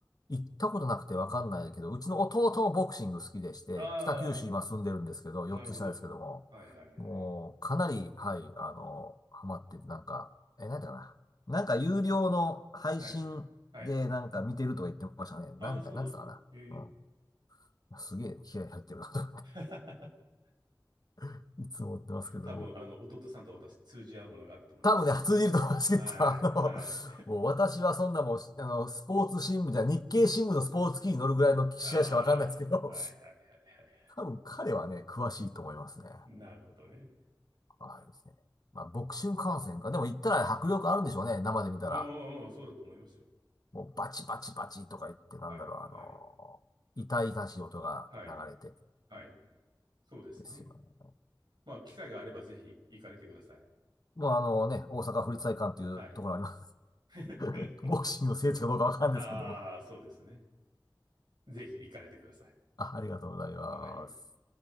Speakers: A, on the left (about 55°); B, on the right (about 70°).
A: ったことなくてわかんないけど、うちの弟もボクシング好きでして、
B: ああ、
A: 北九州今住んでるんですけど、
B: なるほど。
A: 4つ下ですけども、
B: はいはいはい。
A: もうかなり、はい、あの、ハマってて、なんか、え、なんだかな。なんか有料の配信でなんか見てるとか言ってましたね。
B: はい。はい。ああ、
A: なんか、
B: そうなんだ。
A: なんつったかな。
B: ええ。
A: うん。すげえ気合入ってるなとか
B: <laughs>
A: <laughs> いつも思ってますけども。
B: 多分、あの、弟さんと私通じ合うものがあると思います。
A: 多分ね、通じると思いますけど、
B: はい、
A: あの、
B: はい。
A: もう私はそんなもう、あの、スポーツ新聞じゃ、日経新聞のスポーツ記事に載るぐらいの試合しかわかんないですけど、
B: <laughs> ああ、はいはいはいはい。
A: 多分彼はね、詳しいと思いますね。
B: なるほどね。
A: はいですね。まあ、ボクシング観戦か。でも行ったら迫力あるんでしょうね。生で見たら。
B: まあまあまあまあ、そうだと思いますよ。
A: もうバチバチバチとか言って、なんだろう、
B: はい、
A: あの痛々しい音が流れて
B: はい、はい、はい。そうですね。
A: ですよね。
B: まあ、機会があればぜひ行かれてください。
A: もうあのね、大阪府立体育館というところあります。
B: はい。<laughs>
A: ボクシングの聖地かどうかわかんないですけども。
B: ああ、そうですね。ぜひ行かれてください。
A: あ、ありがとうございます。
B: はい。